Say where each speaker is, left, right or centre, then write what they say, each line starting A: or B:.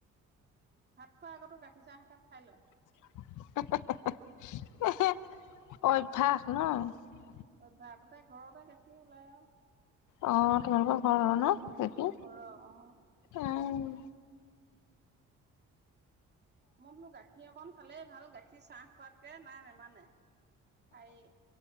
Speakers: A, on the right; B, on the left.
A: ভাত খোৱা আগতো গাখীৰ চাহ একাপ খাই লয়।
B: হে- হে- হে- হে, এহে, অভ্যাস। ন
A: অভ্যা, তাতে ঘৰতে গাখীৰ ওলাই আৰু
B: অ, তোমালোকক অ - ন পেহী?
A: ঘৰ- অ
B: উম,
A: মই বোলো গাখীৰ অকন খালেই ভাল, গাখ কি চাহ খোৱাতকে নাই নেমানে, খায়েই।